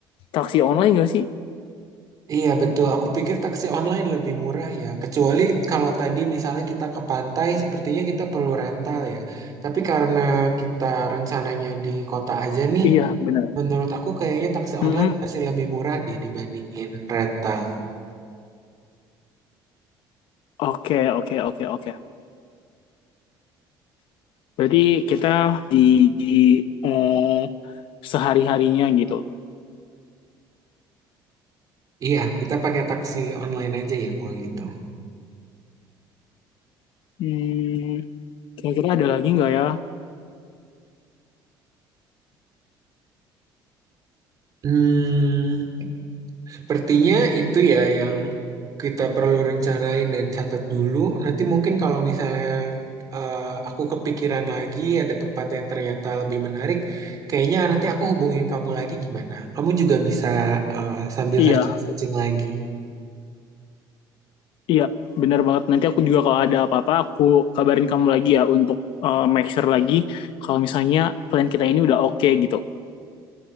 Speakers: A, on the left; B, on the right.
A: taksi online nggak sih?
B: Iya betul, aku pikir taksi online lebih murah ya. Kecuali kalau tadi misalnya kita ke pantai, sepertinya kita perlu rental ya. Tapi karena kita rencananya di kota aja nih,
A: Iya, benar.
B: menurut aku kayaknya taksi
A: Mm-mm.
B: online masih lebih murah deh dibandingin rental.
A: Oke, oke, oke, oke. Berarti kita di, di, eh, sehari-harinya gitu.
B: Iya, kita pakai taksi online aja ya kalau gitu.
A: Hmm, kira-kira ada lagi nggak ya?
B: Hmm, Sepertinya itu ya yang kita perlu rencanain dan catat dulu. Nanti mungkin kalau misalnya eh, aku kepikiran lagi ada tempat yang ternyata lebih menarik, kayaknya nanti aku hubungin kamu lagi gimana? Kamu juga bisa eh, sambil
A: Iya,
B: searching-searching lagi.
A: Iya, benar banget. Nanti aku juga kalau ada apa-apa, aku kabarin kamu lagi ya untuk eh, make sure lagi kalau misalnya plan kita ini udah oke okay, gitu.